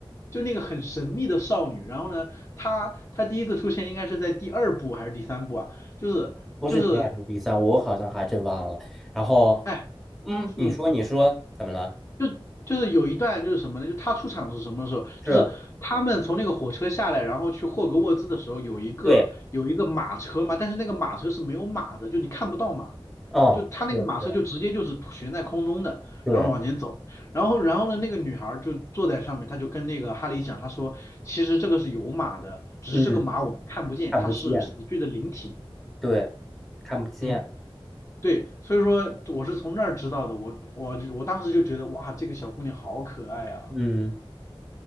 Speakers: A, on the left; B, in the centre.
A: 就那个很神秘的少女，然后呢，她她第一次出现应该是在第二部还是第三部啊？就是就是，
B: 不是第二是第三，我好像还真忘了。然后，
A: 哎，
B: 嗯，你说你说怎么了？
A: 嗯。就就是有一段就是什么呢？就他出场是什么时候？
B: 是，
A: 就是他们从那个火车下来，然后去霍格沃兹的时候，有一个有一个马车嘛，
B: 对，
A: 但是那个马车是没有马的，就你看不到马，
B: 嗯，
A: 就他那个马车就直接就是悬在空中的，
B: 对对对，
A: 然后往前走，然后然后呢，那个女孩儿就坐在上面，她就跟那个哈利讲，她说其实这个是有马的，只是这个马我们看不见，
B: 嗯，看不见，
A: 它是死去的灵体。
B: 对，看不见，
A: 嗯，对，所以说我是从那儿知道的，我我我当时就觉得哇，这个小姑娘好可爱啊。
B: 嗯，